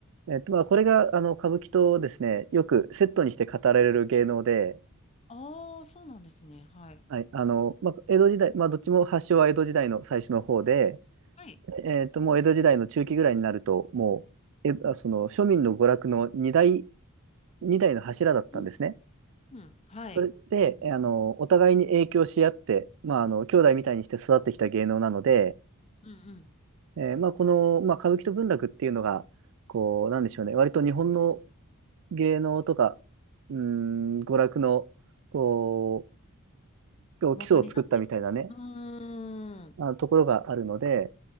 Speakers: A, on the right; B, on the left.
A: えっと、まあ、これが、あの、歌舞伎とですね、よくセットにして語られる芸能で、
B: ああ、そうなんですね。はい。
A: はい、あの、まあ、江戸時代、まあ、どっちも発祥は江戸時代の最初の方で、
B: はい。
A: えっと、もう江戸時代の中期ぐらいになると、もう、え、あその、庶民の娯楽の二大、二大の柱だったんですね。
B: うん、うん。はい。
A: それで、えあの、お互いに影響し合って、まあ、あの、兄弟みたいにして育ってきた芸能なので、
B: うんうん。
A: えーまあ、この、まあ、歌舞伎と文楽っていうのが、こう、なんでしょうね、割と日本の芸能とか、うーん、娯楽の、こう、
B: 元にな
A: 基礎を作ったみたいなね、
B: うーん。
A: あのところがあるので、